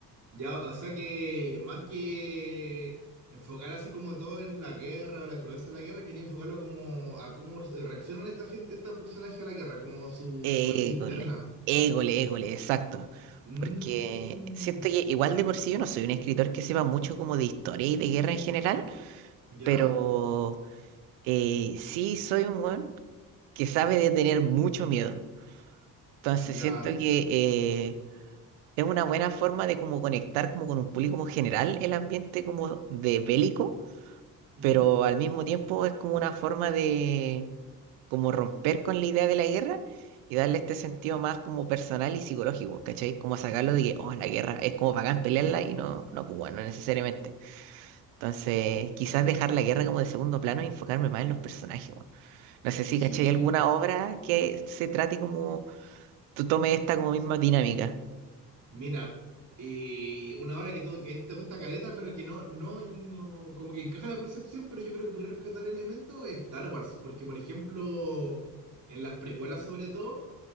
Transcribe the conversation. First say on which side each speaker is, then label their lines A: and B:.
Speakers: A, on the right; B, on the right.
A: ya, o sea que más que enfocar así como todo en la guerra o la crudeza de la guerra, quería enfocarlo como a cómo eh, reaccionan esta gente, estos personajes a la guerra, como su
B: Égole,
A: psicología interna.
B: égole, égole, exacto.
A: Mm,
B: Porque siento que igual de por sí yo no soy un escritor que sepa mucho como de historia y de guerra en general,
A: ya,
B: pero eh, sí soy un weón que sabe de tener mucho miedo. Entonces
A: ya.
B: siento que eh, es una buena forma de como conectar como con un público como general el ambiente como de bélico
A: ujú,
B: pero al mismo tiempo es como una forma de como romper con la idea de la guerra y darle este sentido más como personal y psicológico, ¿cachai? Como sacarlo de que, oh, la guerra es como bacán pelearla y no, no, pues bueno, no necesariamente. Entonces, quizás dejar la guerra como de segundo plano y enfocarme más en los personajes, weón. No sé si,
A: Sí,
B: ¿cachai? ¿Alguna obra que se trate como, tú tomes esta como misma dinámica?
A: mira, eh, una obra que, tú- que te gusta caleta, pero que no, no, no- como que encaja la percepción, pero yo creo que puede rescatar elementos es Star Wars, porque por ejemplo, en las precuelas sobre todo.